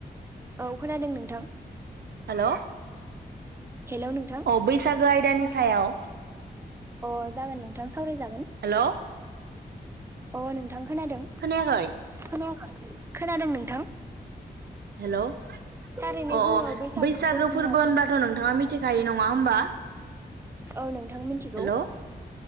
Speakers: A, on the right; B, on the right.
A: औ खोनादों नोंथां।
B: हेल'
A: हेलौ नोंथां
B: अ बैसागो आय दानि सायाव
A: अ जागोन नोंथां। सावरायजागोन।
B: हेलौ
A: अ नों थां खोनादों
B: खोनायाखै
A: खोनायाखै खोनादों नोंथां।
B: हेल अ
A: थारैनो
B: अ
A: जोङो बैसागुखौ
B: बैसागो
A: होनना
B: फोरबो होनबाथ नोंथाङा मिथिखायो नङा नङा होमबा?
A: औ नों नोंथां मिथिगौ
B: हेलौ